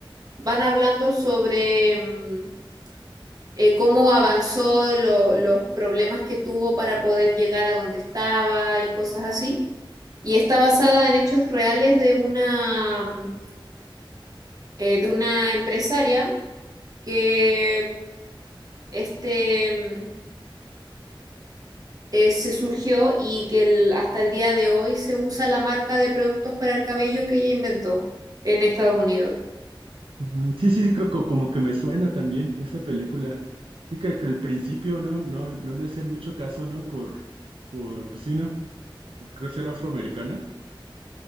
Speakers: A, on the right; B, on the right.
A: van hablando sobre mm, eh, cómo avanzó, lo- los problemas que tuvo para poder llegar a donde estaba y cosas así. Y está basada en hechos reales de una, mm, eh, de una empresaria que este, mm, eh, se surgió y que el- hasta el día de hoy se usa la marca de productos para el cabello que ella inventó en Estados Unidos.
B: Mm, Sí, sí, sí, creo que como que me suena también esa película. Sí, que, que al principio no, no, no le hacían mucho caso, ¿no? Por, por, pues sí, ¿no? Por creo ser afroamericana,